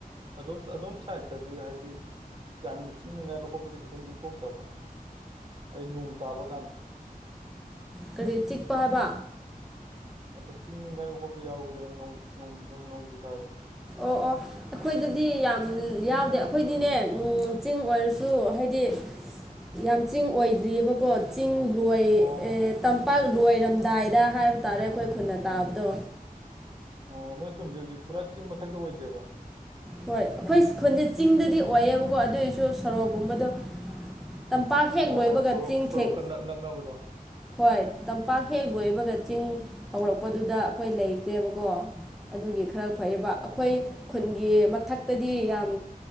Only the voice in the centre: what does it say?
ꯀꯔꯤ ꯆꯤꯛꯄ ꯍꯥꯏꯕ
ꯑꯣ-ꯑꯣ ꯑꯩꯈꯣꯏꯗꯗꯤ ꯌꯥꯝ ꯌꯥꯎꯗꯦ ꯑꯩꯈꯣꯏꯗꯤꯅꯦ ꯆꯤꯡ ꯑꯣꯏꯔꯁꯨ ꯍꯥꯏꯗꯤ ꯌꯥꯝ ꯆꯤꯡ ꯑꯣꯏꯗ꯭ꯔꯤꯑꯕꯀꯣ ꯆꯤꯡ ꯂꯣꯏ
ꯄꯥꯛ ꯂꯣꯏꯔꯝꯗꯥꯏꯗ ꯍꯥꯏꯕ ꯇꯥꯔꯦ ꯑꯩꯈꯣꯏ ꯈꯨꯟꯅ ꯇꯥꯕꯗꯣ
ꯍꯣꯏ ꯑꯩꯈꯣꯏ ꯈꯨꯟꯗꯦ ꯆꯤꯡꯗꯗꯤ ꯑꯣꯏꯌꯦꯕꯀꯣ ꯑꯗꯨꯑꯣꯏꯁꯨ ꯁꯣꯔꯣꯛꯀꯨꯝꯕꯗꯣ ꯇꯝꯄꯥꯛ ꯍꯦꯛ
ꯂꯣꯏꯕꯒ
ꯆꯤꯡꯊꯦꯛ
ꯍꯣꯏ ꯇꯝꯄꯥꯛ ꯍꯦꯛ ꯂꯣꯏꯕꯒ ꯆꯤꯡ ꯍꯧꯔꯛꯄꯗꯨꯗ ꯑꯩꯈꯣꯏ ꯂꯩꯈ꯭ꯔꯦꯕꯀꯣ ꯑꯗꯨꯒꯤ ꯈꯔ ꯐꯩꯌꯦꯕ
ꯑꯩꯈꯣꯏ ꯈꯨꯟꯒꯤ ꯃꯊꯛꯇꯗꯤ ꯌꯥꯝ